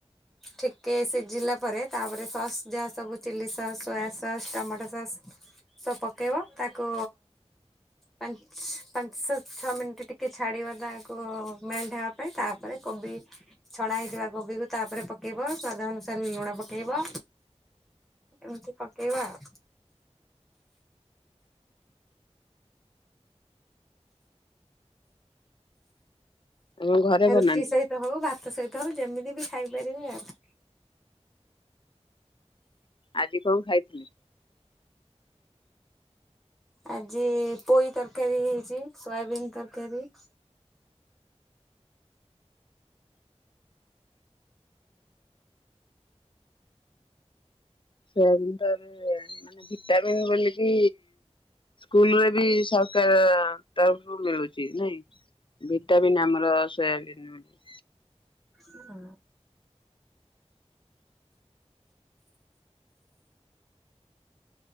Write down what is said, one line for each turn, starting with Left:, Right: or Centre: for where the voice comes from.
Centre: ଠିକେ ସିଝିଲା ପରେ, ତାପରେ ସସ୍ ଯାହା ସବୁ chilli sauce, soya sauce, tomato sauce ସବୁ ପକେଇବ। ତାକ କୁ ପାଞ୍ଚ୍ ପାଞ୍ଚଶ ଛଅ ମିଣ୍ଟି ଟିକେ ଛାଡିବା ତାକୁ ମେଲଟ୍ ହେବା ପାଇଁ, ତାପରେ କୋବି ଛଣା ହେଇଥିବା କୋବିକୁ ତାପରେ ପକେଇବ, ସ୍ଵାଦ ଅନୁସାରେ ଲୁଣ ପକେଇବ, ଏମତି ପକେଇବ ଆଉ।
Left: ଆମ ଘରେ
Centre: ଆ
Left: ବନାନ୍ତି
Centre: ରୁଟି ସହିତ ହଉ, ଭାତ ସହିତ ହଉ, ଯେମିତି ବି ଖାଇପାରିବେ ଆଉ।
Left: ଆଜି କଣ ଖାଇଥିଲେ?
Centre: ଆଜି ପୋଇ ତରକାରୀ ହେଇଛି ସୋୟାବିନ୍ ତରକାରୀ।
Left: ସୋୟାବିନ ତାହେଲେ ମାନେ ଭିଟାମିନ ବୋଲିକି ସ୍କୁଲରେ ବି ସରକାର ତରଫରୁ ମିଳୁଛି ନାଇଁ। ଭିଟାମିନ୍ ଆମର ସୋୟାବିନ୍ <unintelligible>
Centre: ହଁ।